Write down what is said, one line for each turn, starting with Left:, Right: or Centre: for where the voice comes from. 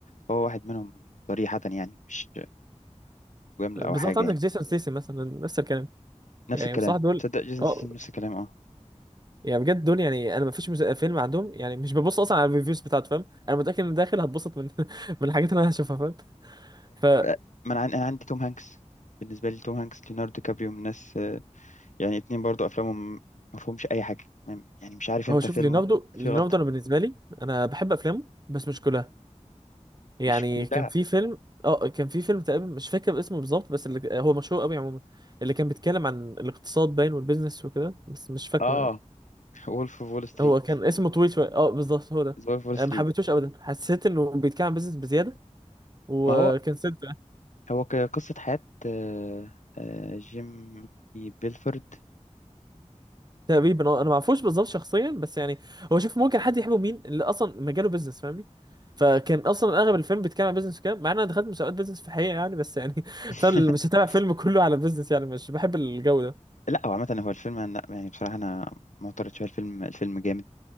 Left: فهو واحد منهم صريحه يعني مش جمله
Right: بالظبط
Left: او حاجه
Right: عندك
Left: يعني.
Right: جيسون ستيسي مثلا نفس الكلام
Left: نفس
Right: يعني
Left: الكلام
Right: بصراحه دول
Left: تصدق جيسون
Right: اه
Left: سيسم نفس الكلام اه
Right: يعني بجد دول يعني انا ما فيش مس- فيلم عندهم يعني مش ببص اصلا على الريفيوز بتاعته فاهم انا متاكد ان داخل هتبسط من <laughs> من الحاجات اللي انا هشوفها فاهم فهو
Left: ف- ما انا عن- انا عندي توم هانكس بالنسبه لي توم هانكس ليوناردو دي كابريو من الناس آه، يعني اتنين برضو افلامهم ما فيهمش اي حاجه ما- يعني مش عارف امتى
Right: شوف
Left: فيلم
Right: ليوناردو
Left: فيه
Right: ليوناردو
Left: غلطه
Right: انا بالنسبه لي انا بحب افلامه بس مش كلها يعني
Left: مش كلها
Right: كان في فيلم اه كان في فيلم تقريبا مش فاكر اسمه بالظبط بس اللي هو مشهور قوي عموما اللي كان بيتكلم عن الاقتصاد باين والبيزنس وكده بس مش فاكره
Left: اه
Right: يعني
Left: <laughs> وولف اوف وول ستريت
Right: هو كان اسمه طويل شويه اه بالظبط هو ده
Left: وولف اوف وول
Right: أنا
Left: ستريت
Right: ما حبيتهوش ابدا حسيت انه بيتكلم عن بيزنس بزياده وكنسلت
Left: ما هو هو ك- قصه حياه آه، آه، جيم بيلفورد
Right: تقريبا اه انا ما اعرفوش بالظبط شخصيا بس يعني هو شوف ممكن حد يحبه مين اللي اصلا مجاله بيزنس فاهمني فكان اصلا اغلب الفيلم بيتكلم عن بيزنس وكده مع ان انا دخلت مسابقات بيزنس في الحقيقه يعني بس يعني <laughs>
Left: <laughs>
Right: فانا مش هتابع فيلم كله على بيزنس يعني مش بحب الجو ده
Left: لا هو عامه هو الفيلم لا يعني بصراحه انا معترض شويه الفيلم الفيلم جامد